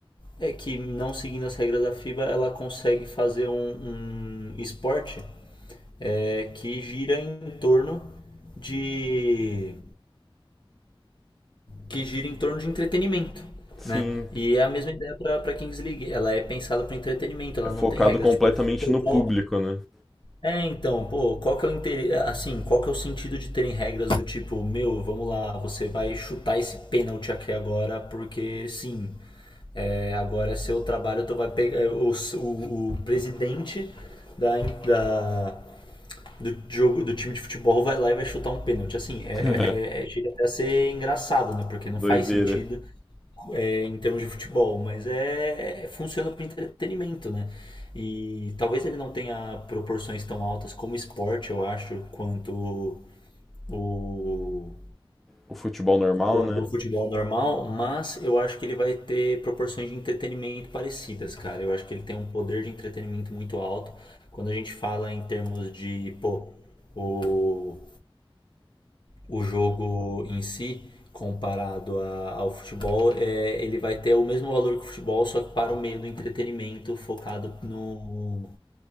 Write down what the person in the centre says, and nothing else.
Sim,
é focado
completamente
no
público, né?
<laughs>
Doideira.
O futebol normal,
né?